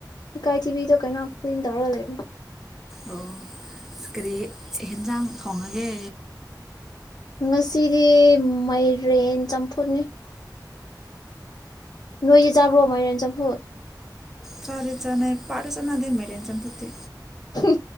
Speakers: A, on the left; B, in the centre.
A: ꯏꯀꯥꯏ ꯊꯤꯕꯤꯗꯣ ꯀꯩꯅꯣ ꯀꯣꯏꯅꯗꯧꯔꯒ ꯂꯩꯕ
B: ꯑꯣ ꯀꯔꯤ ꯍꯦꯟꯁꯥꯡ ꯊꯣꯡꯉꯒꯦ
A: ꯉꯁꯤꯗꯤ ꯃꯥꯏꯔꯦꯟ ꯆꯝꯐꯨꯅꯤ ꯅꯣꯏꯗꯤ ꯆꯥꯕ꯭ꯔꯣ ꯃꯔ ꯆ ꯐꯨ
B: ꯆꯂꯤ ꯆꯅꯦ ꯄꯥꯔꯁꯅ ꯑꯗꯨꯦ ꯃꯦꯔꯦꯟ ꯆꯄꯠꯇꯦ
A: ꯍ